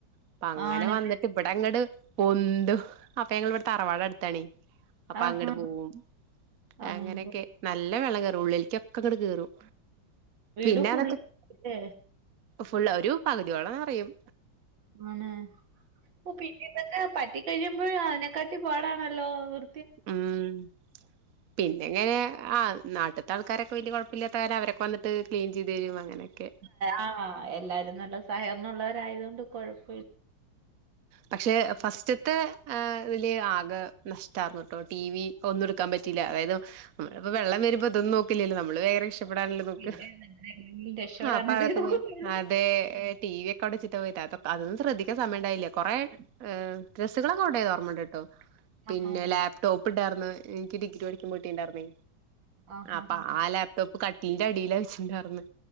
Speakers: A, on the right; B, on the right.
A: അപ്പങ്ങനെ
B: ആണല്ലേ.
A: വന്നിട്ട് ഇവിടെ അങ്ങട് പൊന്തും. അപ്പോ ഞങ്ങളിവടെ തറവാട് അടുത്താണേ അപ്പോ
B: ആഹാ.
A: അങ്ങട്ട് പോവും
B: അമ്പ്
A: അങ്ങനൊക്കെ നല്ല വെള്ളം കേറും ഉള്ളില്ക്കൊക്കെങ്ങട് കേറും.
B: വീട്
A: പിന്നെ
B: ഫുള്ള്
A: അതൊക്കെ
B: ല്ലേ?
A: ഫുൾ ഒരു പകുതിയോളം നറയും.
B: ആണ് <unintelligible> പിന്നെ ഇതൊക്കെ പറ്റി കഴിയുമ്പഴ് അതിനെക്കാട്ടി പാടാണല്ലോ വൃ
A: ഉം പിന്നെങ്ങനെ ആഹ് നാട്ടി ത്താൾക്കാരൊക്കെ വല്യേ കൊഴപ്പല്ലാത്ത കാരണം അവരൊക്കെ വന്നിട്ട് ക്ലീൻ ചെയ്ത് തരും അങ്ങനെക്കെ.
B: ആഹ് എല്ലാരും നല്ല സഹകരണം ഉള്ളോരായതോണ്ട് കൊഴപ്പല്ല.
A: പക്ഷേ ഫസ്റ്റ ത്തെ ഏഹ് വലിയ ആകെ നഷ്ടാർന്നുട്ടോ ടി വി ഒന്നും ഇടുക്കാൻ പറ്റിയില്ല അതായത് നമ്മളിപ്പോ വെള്ളം വരുമ്പോ ഇതൊന്നും നോക്കില്ലല്ലോ നമ്മള് വേഗം രക്ഷ പ്പെടാനല്ലേ നോക്കാ
B: പിന്നെ എങ്ങനെയെങ്കിലും രക്ഷപ്പെടാനല്ലേ
A: ആഹ് അപ്പോ അതൊക്കെ
B: നോക്കത്തുള്ളൂ.
A: പോയി ആ ടെ ടി വി ഒക്കെ അവടെ വെച്ചിട്ടാ പോയത് അതൊന്നും ശ്രദ്ധിക്കാൻ സമയണ്ടായില്ല. കൊറേ ഏഹ് ഡ്രസ്സ്‌കളൊക്കെ കൊണ്ടോയത് ഓർമ്മണ്ട്ട്ടോ പിന്നെ
B: ആണോ?
A: ലാപ് ടോപ്പിണ്ടാർന്ന് ഇനിക്ക് ഡിഗ്രി പഠിക്കുമ്പോ കിട്ടീണ്ടാർന്നേ
B: ആഹാഹാ.
A: അപ്പോ ആ ലാപ് ടോപ് കട്ടിലിന്റെ അടീലാ വച്ചിണ്ടാർന്ന്